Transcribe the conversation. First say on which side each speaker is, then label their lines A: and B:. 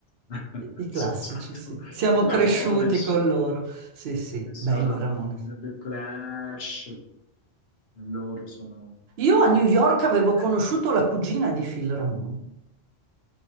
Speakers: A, on the left (about 65°); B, on the right (about 65°).
A: <laughs>
B: I
A: Esatto.
B: classici, sì. Siamo
A: Ramones,
B: cresciuti con loro. Sì, sì,
A: pensa,
B: bello Ramone.
A: The Clash, loro sono,
B: Io
A: diciamo...
B: a New York avevo
A: eh,
B: conosciuto la cugina di Phil Ramone.